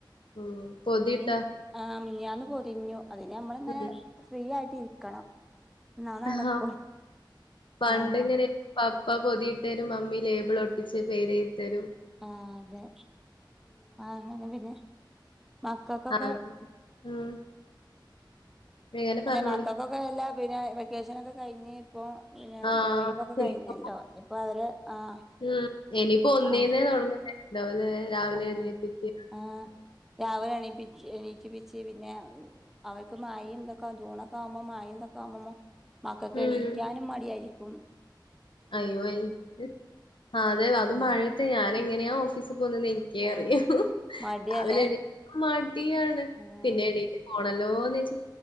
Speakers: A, on the left; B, in the centre.
A: ഉം പൊതിയിട്ടാ
B: മി ആഹ് മെനിഞ്ഞാന്ന് പൊതിഞ്ഞു അതിന് നമ്മള്ങ്ങനെ
A: ഉം
B: ഫ്രീ ആയിട്ട് ഇരിക്കണം. എന്നാ നടക്കും
A: ആഹ് പണ്ടിങ്ങനെ.
B: ആഹ് മ
A: പപ്പ പൊതിയിട്ടരും മമ്മി ലേബിളൊട്ടിച്ച് പേരെഴ്തിത്തരും.
B: ആഹ് അതെ ആഹ് അങ്ങനെ പിന്നെ മക്കക്കൊക്കെ.
A: ആ ഉം എങ്ങനെ
B: അല്ലെ
A: പറഞ്ഞോളി
B: മക്കക്കൊക്കെ എല്ലാ പിന്നാ വെക്കേഷനൊക്കെ കഴിഞ്ഞ് ഇപ്പൊ. പിന്ന അത്
A: ആ
B: ഒഴിവൊക്കെ
A: ഇനിയിപ്പോ
B: കഴിഞ്ഞല്ലൊ ഇപ്പൊ അവര് ആഹ്.
A: ഉം ഇനിയിപ്പൊ ഒന്നീന്നെ
B: ആഹ്
A: തൊട്ങ്ങണ്ടാവോല്ലേ രാവിലെ
B: ആഹ്
A: എണീപ്പിച്ച്.
B: ആഹ് രാവിലെ എണീപ്പിച്ച് എണീറ്റിപ്പിച്ച് പിന്നാ. അവർക്ക് മയിംതൊക്കെ ജൂണൊക്കാവുമ്പൊ മയിംതൊക്ക ആകുമ്പം മക്കക്ക്
A: ഉം
B: എണീക്കാനും മടിയാരി ക്കും.
A: അയ്യോ എനിക്ക് അതെ അത്
B: ഉം
A: മഴയ ത്ത് ഞാനെങ്ങനെയാ ഓഫീസിൽ പോകുനെന്ന് എനി ക്കേറിയാവൂ
B: ആഹ് മടിയാല്ലേ
A: രാവിലെ എണീ മടിയാണ്
B: ആഹ്
A: പിന്നെ എണീറ്റ് പോണല്ലോന്ന്ച്ച്.